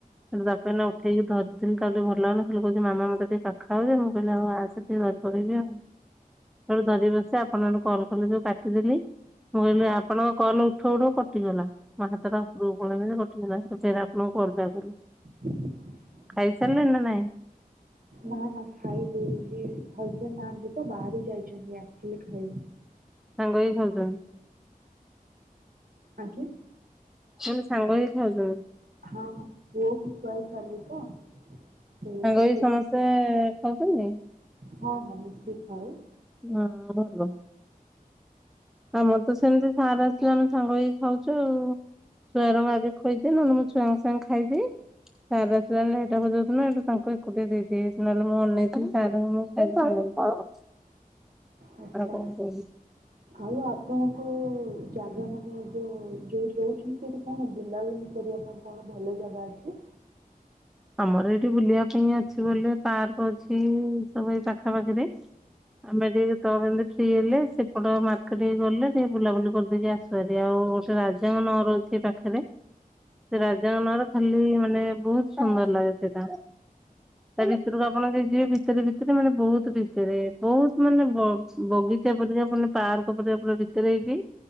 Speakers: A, in the centre; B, on the right.
A: ତାକୁ ବାପା ଏଇନା ଉଠେଇକି ଧରିଥିଲେ ତାକୁ ଟିକେ ଭଲ ଲାଗୁନି ଖାଲି କହୁଛି ମାମା ମୋତେ ଟିକେ କାଖାଅ ଯେ, ମୁଁ କହିଲି ହଉ ଆସେ ଟିକେ <unintelligible> ସେଇଠୁ ଧରିକି ବସିଚି ଆପଣ ହେଇଠୁ କଲ କଲେ ଯୋଉ କାଟିଦେଲି ମୁଁ କହିଲି ଆପଣଙ୍କ କଲ ଉଠଉ ଉଠଉ କଟିଗଲା। ମୋ ହାତଟା ଉପରକୁ ପଳେଇଗଲା ଯେ କଟିଗଲା, ଫେର ଆପଣଙ୍କୁ କରିଦିଏ ବୋଲି।
B: <inaudible>
A: ଖାଇ ସାରିଲେଣି
B: ଆ-
A: ନା ନାହିଁ?
B: ନା ନା ଖାଇବି ଏବେ, ଏଇ ହଜବେଣ୍ଡ ନାହାଁନ୍ତି ତ ବାହାରକୁ ଯାଇଚନ୍ତି ଆସିଲେ ଖାଇବୁ।
A: ସାଙ୍ଗ ହେଇ ଖାଉଛନ୍ତି?
B: ଆଜ୍ଞା?
A: ମୁଁ କହିଲି ସାଙ୍ଗହେଇ ଖାଉଛନ୍ତି?
B: ହଁ ହଁ। ପୁଅକୁ ଶୁଆଇ ସାରିଲି ତ ସେ
A: ସାଙ୍ଗହେଇ
B: ସେ
A: ସମସ୍ତେ ଖାଉଚନ୍ତି?
B: ହଁ ହଁ ମିଶିକି ଖାଉ
A: ହଁ ଭଲ। ଆମର ତ ସେମିତି ସାର ଆସିଲେ ଆମେ ସାଙ୍ଗ ହେଇକି ଖାଉଛୁ ଆଉ। ଛୁଆ ଗୁରାଙ୍କୁ ମୁଁ ଆଗେ ଖୁଆଇଦିଏ ନହେଲେ ମୁଁ ଛୁଆଙ୍କ ସାଙ୍ଗରେ ଖାଇଦିଏ, ସାର ଆସିଲା ବେଳେ ଦିଟା ବଜଉଛନ୍ତି ଏଇଠୁ ତାଙ୍କୁ ଏକୁଟିଆ ଦେଇଦିଏ, ନହେଲେ ମୁଁ ଅନେଇଥିବି ସାରଙ୍କ ମୋର ଖାଇବୁ <inaudible> ଆଉ
B: ଆଚ୍ଛା
A: କଣ କୁହ?
B: ଆଉ ଆପଣଙ୍କର ଯୋଉ ଜାଗା ମାନେ ଯୋଉ ଯୋଉଠି ରହୁଚନ୍ତି, ସେଇଠି କଣ ବୁଲାବୁଲି କରି କଣ କଣ ଭଲ ଜାଗା ଅଛି?
A: ଆମର ଏଇଠି ବୁଲିବା ପାଇଁ ଅଛି ବୋଲି ପାର୍କ ଅଛି ସବୁ ଏଇ ପାଖାପାଖିରେ ଆମେ ଟିକେ ତ କେମତି ଫ୍ରି ହେଲେ, ସେପଟ ମାର୍କେଟ କେ ଗଲେ ଟିକେ ବୁଲାବୁଲି କରିଦେଇକି ଆସୁ ଭାରି ଆଉ ଗୋଟେ ରାଜାଙ୍କ ନଅର ଅଛି ଏଇ ପାଖରେ, ସେ ରାଜାଙ୍କ ନଅର ଖାଲି ମାନେ ବହୁତ ସୁନ୍ଦର ଲାଗେ ସେଇଟା। ତା ଭିତରକୁ ଆପଣ ଯଦି ଯିବେ ଭିତରେ ଭିତରେ ମାନେ ବହୁତ ଭିତରେ ବହୁତ ମାନେ ବ-ବ ଦି ଚାରି ପାଦ ଯାଇଁ ଆପଣ ପାର୍କ ପରିକା ପୁରା ଭିତରେ ହେଇଚି,